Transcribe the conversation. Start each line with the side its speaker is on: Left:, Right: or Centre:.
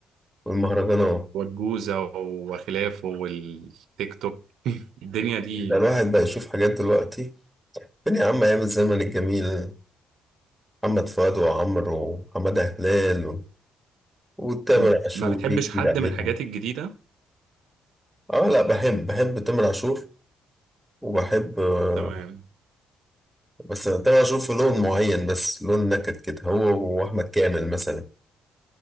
Centre: والمهرجانات
Right: والجوزة وخلافه والتيك توك <laughs> الدنيا دي
Centre: ده الواحد بقى يشوف حاجات دلوقتي فين يا عم ايام الزمن الجميل محمد فؤاد وعمرو وحمادة هلال و- وتامر
Right: م-
Centre: عاشور
Right: ما بتحبش
Centre: جه جديد
Right: حد
Centre: عليهم
Right: من الحاجات الجديدة
Centre: اه لا بحب بحب تامر عاشور وبحب آه،
Right: تمام
Centre: بس تامر عاشور في لون معين بس لون نكد كده هو واحمد كامل مثلا